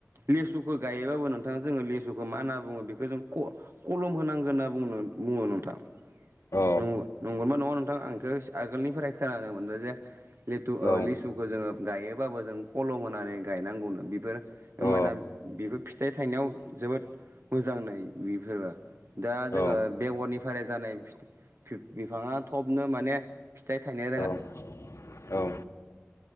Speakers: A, on the right; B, on the left.
A: लेसुखौ गायोबाबो नोंथां जोङो लेसुखौ मा होनना बुङो बेखौ क कलम होनांगोन होनना बुंङ बुङो नोंथां
B: अ
A: नु नंगौना नङा नोंथां आं इस आगोलनिफ्राय खोनानो मोनदों जे लेटु ओ
B: औ अ
A: लिसु गौ जोङो गायोबाबो जों कलम होनानै गायनांगौनो बेफोर होनबाना
B: औ
A: बेफोर फिथाइ थायनायाव जोबोद मोजांनो बेफोरो दा
B: औ
A: जोङो बेगरनिफ्राय जानाय फिथ बिफ बिफाङा थबनो माने फिथाइ थाइनेय
B: औ औ।